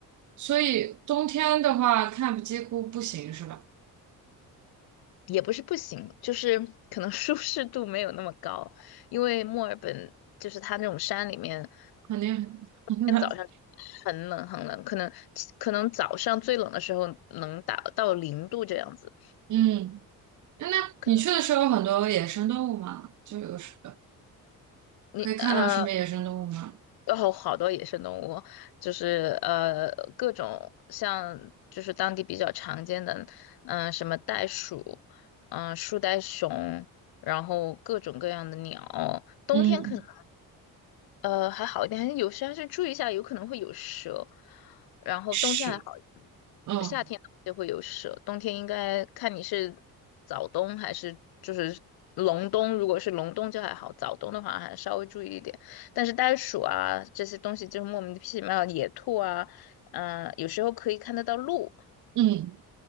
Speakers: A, on the right; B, on the left.
A: 所以冬天的话看几乎不行是吧？
B: 也不是不行，就是可能舒适度没有那么高，因为墨尔本就是它那种山里面，
A: 肯定很
B: 天早上
A: <laughs> 冷。
B: 很冷很冷，可能可能早上最冷的时候能达到零度这样子，
A: 嗯，那那你去的时候有很多野生动物吗？
B: 可能
A: 就有什
B: 你呃
A: 可以看到什么野生动物吗？
B: 有好多野生动物，就是呃各种像就是当地比较常见的，嗯、什么袋鼠，嗯、树袋熊，然后各种各样的鸟，冬天可能。
A: 嗯，
B: 呃，还好一点，还是有时还是注意一下，有可能会有蛇。然后冬天还好，
A: 是，嗯
B: 夏天就会有蛇。冬天应该看你是早冬还是就是隆冬，如果是隆冬就还好，早冬的话还稍微注意一点。但是袋鼠啊这些东西就是莫名其妙，野兔啊，嗯、有时候可以看得到鹿，
A: 嗯，